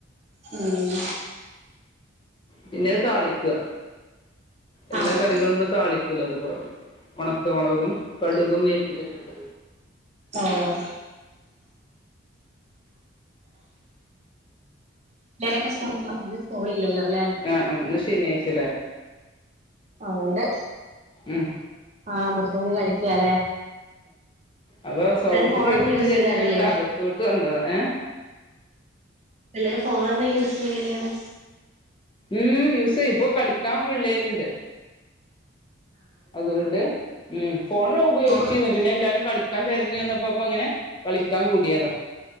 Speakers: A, on the right; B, on the left.
A: ഉം
B: പിന്നത് താളിക്കുക എല്ലാ
A: ആഹ്
B: കറികളും നമ്മള് താളിക്കൂലെ അതുപോലെ ഉണക്കമുളകും കടുകും വേപ്പിലൊക്കെട്ട്
A: ആ ഓ അവരൊക്കെ സ്കൂൾ പോയോ ഇന്ന് സ്കൂൾ ഇല്ലല്ലോ അല്ലെ
B: ആ ആ ഇന്ന് ശനിയാഴ്‌ച്ചല്ലേ
A: അതോണ്ട്
B: ഉം
A: ആ മുറ്റത്ത് കളിക്കാല്ലേ
B: അപ്പൊ സൗണ്ട്
A: പിള്ളേര് ഫോണൊന്നും
B: കേൾകൂന്ന്
A: യൂസ്
B: വിചാരിച്ച
A: ചെയ്യാറില്ലേ
B: ഞാനിങ്ങട്ട് അകത്തോട്ട് വന്നത് ഏ
A: എല്ലാരും ഫോണൊന്നും യൂസ് ചെയ്യലില്ലേന്ന്
B: ഉം യൂസ് ചെയ്യും ഇപ്പൊ കളിക്കാൻ പിള്ളേരുണ്ട് അതുകൊണ്ട് ഉം ഫോണുപയോഗിച്ചരുന്നു
A: ഫോ
B: പിന്നെ എല്ലാരും കളിക്കാൻ തിരഞ്ഞു വന്നപ്പോ അപ്പൊ അങ്ങനെ കളിക്കാന് കൂടിയത